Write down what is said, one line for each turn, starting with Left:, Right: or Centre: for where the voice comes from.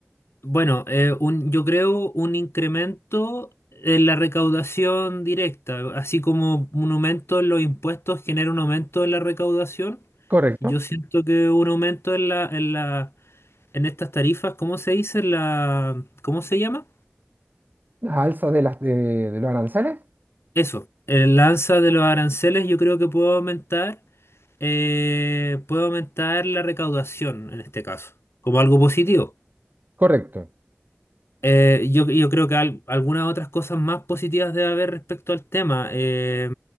Left: Bueno, eh, un- yo creo un incremento en la recaudación directa, así como un aumento en los impuestos genera un aumento en la recaudación.
Right: Correcto.
Left: Yo siento que un aumento en la, en la, en estas tarifas, ¿cómo se dice? La, ¿cómo se llama?
Right: Las alzas de las de, de los aranceles.
Left: Eso, el alza de los aranceles yo creo que puede aumentar, eh, puede aumentar la recaudación en este caso, como algo positivo.
Right: Correcto.
Left: Eh, yo, yo creo que al- algunas otras cosas más positivas debe haber respecto al tema. Eh,